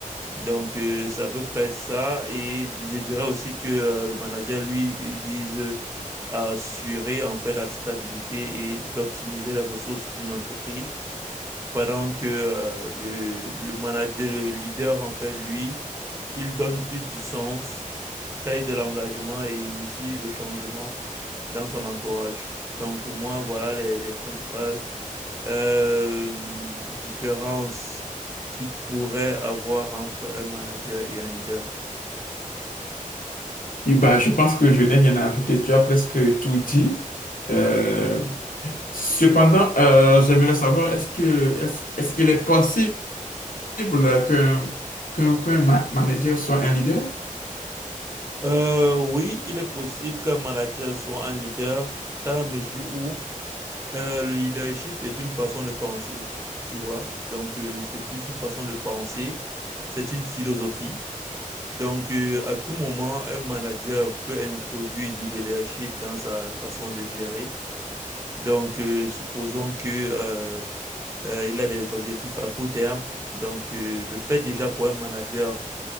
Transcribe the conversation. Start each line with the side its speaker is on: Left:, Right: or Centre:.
Right: Donc, euh, c'est à peu près ça. Et je dirais aussi que euh, le manager, lui, il vise à assurer en fait la stabilité et d'optimiser les ressources d'une entreprise. Pendant que euh, le, le manager, le leader, en fait, lui, il donne plus du sens, crée de l'engagement et initie le changement dans son entourage. Donc pour moi, voilà les, les principales euh, différences qu'il pourrait avoir entre un manager et un leader.
Left: Oui, bah, je pense que je n'ai rien à ajouter. Tu as presque tout dit. Euh, cependant, euh, j'aimerais savoir, est-ce que, est-ce, est-ce qu'il est possible qu'un, qu'un, qu'un ma- manager soit un leader?
Right: Euh, oui, il est possible qu'un manager soit un leader dans la mesure où Euh, le leadership est une façon de penser, tu vois. Donc, euh, c'est plus une façon de penser, c'est une philosophie. Donc, euh, à tout moment, un manager peut introduire du leadership dans sa façon de gérer. Donc, euh, supposons que euh, euh, il a des objectifs à court terme. Donc, euh, le fait déjà pour un manager